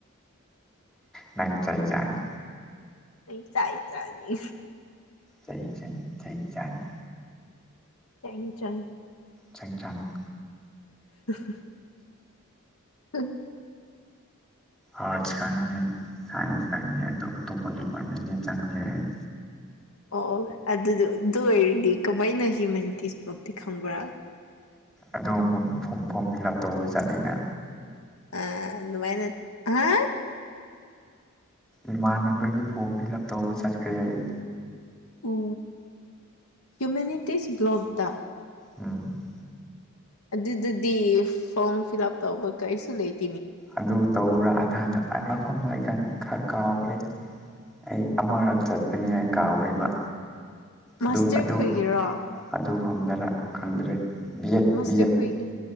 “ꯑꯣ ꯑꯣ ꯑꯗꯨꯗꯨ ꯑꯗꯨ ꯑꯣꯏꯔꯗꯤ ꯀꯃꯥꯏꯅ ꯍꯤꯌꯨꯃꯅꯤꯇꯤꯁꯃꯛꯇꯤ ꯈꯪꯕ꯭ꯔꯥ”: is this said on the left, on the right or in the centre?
Left